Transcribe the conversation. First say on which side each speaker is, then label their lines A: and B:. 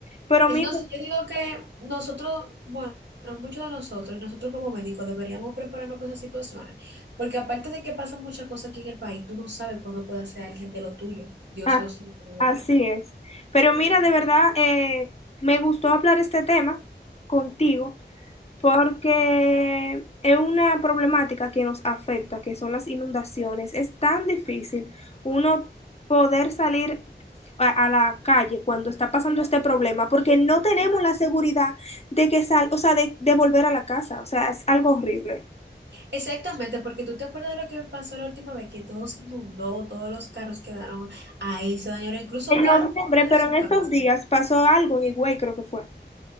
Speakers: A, on the left (about 35°); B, on the right (about 75°).
A: Pero
B: Entonces,
A: mira,
B: yo digo que nosotros, bueno, muchos de nosotros, y nosotros como médicos, deberíamos prepararnos para esas situaciones, porque aparte de que pasan muchas cosas aquí en el país, tú no sabes cuándo puede ser alguien de lo tuyo, Dios
A: ah,
B: lo sabe, obviamente.
A: así es. Pero mira, de verdad, eh, me gustó hablar este tema contigo. Porque es una problemática que nos afecta, que son las inundaciones. Es tan difícil uno poder salir a, a la calle cuando está pasando este problema, porque no tenemos la seguridad de que sal, o sea, de, de volver a la casa. O sea, es algo horrible.
B: Exactamente, porque tú te acuerdas de lo que pasó la última vez, que todo se inundó, todos los carros quedaron ahí, se dañaron incluso
A: En
B: carros
A: noviembre,
B: dentro
A: pero
B: de su
A: en estos
B: casa.
A: días pasó algo en Higüey, creo que fue.